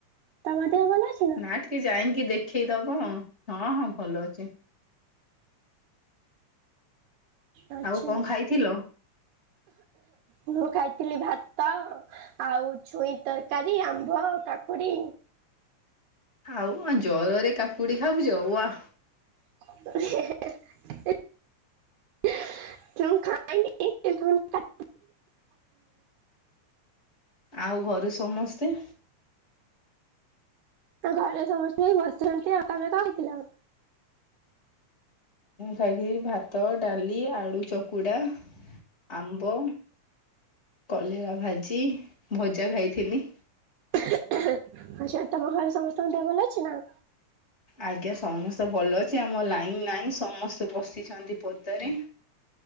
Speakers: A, on the right; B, on the left.
A: ତମ ଦେହ ଭଲ ଅଛି।
B: ନା ଟିକେ ଯାଇକି ଦେଖେଇଦବ ହଁ ହଁ ଭଲ ଅଛି।
A: ଆଚ୍ଛା
B: ଆଉ କଣ ଖାଇଥିଲ?
A: ମୁଁ ଖାଇଥିଲି ଭାତ। ଆଉ ଛୁଇଁ ତରକାରୀ ଆମ୍ବ କାକୁଡି।
B: ଆଉ ଜରରେ କାକୁଡି ଖାଉଛ ବା।
A: <unintelligible> କାଇ <unintelligible>
B: ଆଉ ଘରେ ସମସ୍ତେ।
A: ଆ ଘରେ ସମସ୍ତେ ହେଇ ବସିଛନ୍ତି ଆଉ ତମେ କରଥିଲ।
B: ଖାଇଥିଲି ଭାତ ଡାଲି ଆଳୁ ଚକୁଡା ଆମ୍ବ। କଲେରା ଭାଜି ଭଜା ଖାଇଥିଲି।
A: ହେ ଆଛା ତମ ଘରେ ସମସ୍ତଙ୍କ ଦେହ ଭଲ ଅଛି ନା?
B: ଆଜ୍ଞା ସମସ୍ତେ ଭଲ ଅଛି ଆମ ଲାଇନ ନାହିଁ ସମସ୍ ସ୍ତେ ବସିଛନ୍ତି ପଦାରେ।